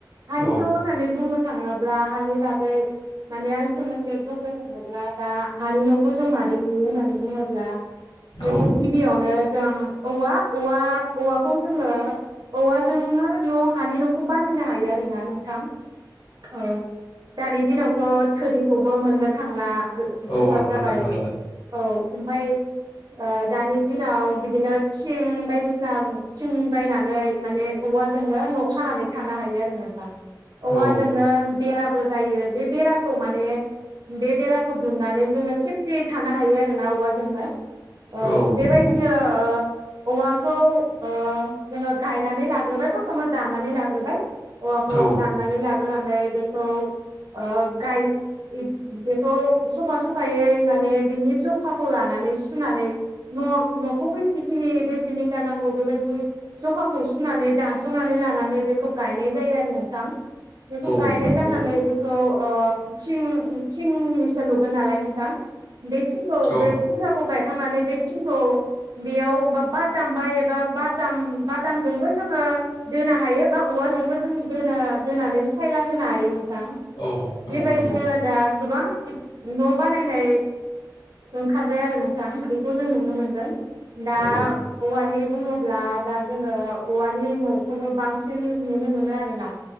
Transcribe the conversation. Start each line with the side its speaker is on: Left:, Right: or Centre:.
Right: हानि
Left: औ
Right: न' होननानै बुंनो थाङोब्ला हानि बागै माने आं सोमोन्दै बुंनो थाङोब्ला दा हानि न'खौ जों मारै लुयो होननानै बुङोब्ला बेखौ
Left: औ
Right: गिबियावनो जों औवा औवा औवाखौ जोङो औवाजोंनो न' हानि नखौ बानायनो हायो आरो ना नोंथां। औ दानि दिनावथ' थोरिखौबो मोननो थांला। गो-गोब्राब
Left: औ
Right: जाबाय
Left: मोननो थांला
Right: औ ओमफाय ओ दानि दिनाव बिदिनो थिं बायदिसिना थिं बायनानै माने औ वाजोंनो न' खानानै थानो हायो आरो नोंथां औवाजोंनो
Left: औ
Right: बेराबो जायो बे बेराखौ माने बे बेराखौ दुमनानै जोङो सेफटियै थानो हायो आरो। जोंना औवाजोंनो ओ
Left: औ
Right: अ बेबायदिनो
Left: नंगौ
Right: ओ औवाखौ ओ जोङो गायनानै लाग्रोबाय। थ समाव दाननानै लाग्रोबाय औवाखौ
Left: औ
Right: दाननानै लाग्रोनानै बेखौ ओ गाय बेखौ सफा सफायै माने बेनि ज खाखौ लानानै सुनानै न'-न'खौ बेसेखिनि बेसे मिटार नांगौ बेबायदि जखाखौ सुनानै दानस'नानै लानानै बेखौ गायनाय जायो आरो नोंथां बेखौ
Left: औ
Right: गायनाय
Left: नंगौ
Right: जानानै बेखौ ओ थिं-थिंनिसो लुगोन नालाय नोंथां बे थिंखौ
Left: औ
Right: बे खुन्थाखौ गाय खांनानै बे थिंखौ बेयाव बा बाथाम बा एबा बाथाम बाथामजोंबो जोङो दोनो हायो बा औवा वाजोंबो जोङो दोनो दोनानै सायला होनो हायो नों थां
Left: औ औ
Right: बेबायदिनो
Left: नंगौ
Right: दा गोबां न' बानायनाय ओंखारबाय आरो नोंथां बेखौ जों नुनो मोनदों दा
Left: औ
Right: औवानि बुङोब्ला दा जोङो औवानि न'खौनो बांसिन नुनो मोनो आरोना।